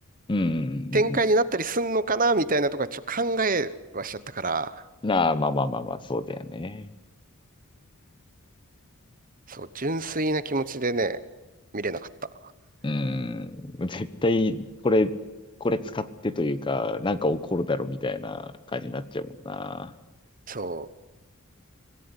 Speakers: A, on the left (about 20°); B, on the right (about 40°).
A: うんうんうんうんうんうんうんうん
B: 展開になったりすんのかなみたいなとかちょっと考えはしちゃったから、
A: なあ、まあまあまあまあ、そうだよね。
B: そう、純粋な気持ちでね、見れなかった。
A: うん、絶対、これ、これ使ってというか、なんか起こるだろみたいな感じになっちゃうもんな。
B: そ